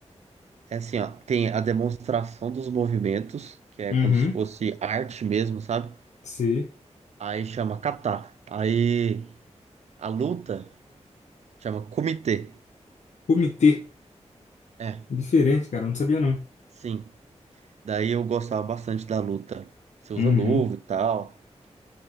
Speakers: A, on the right; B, on the left.
A: É assim, ó, tem a demonstração dos movimentos, que é
B: Uhum,
A: como se fosse arte mesmo, sabe?
B: sei.
A: Aí chama kata. Aí a luta chama kumite.
B: Comitê.
A: É,
B: Diferente, cara. eu Não sabia, não.
A: sim. Daí eu gostava bastante da luta. Você usa
B: Uhum.
A: luva e tal.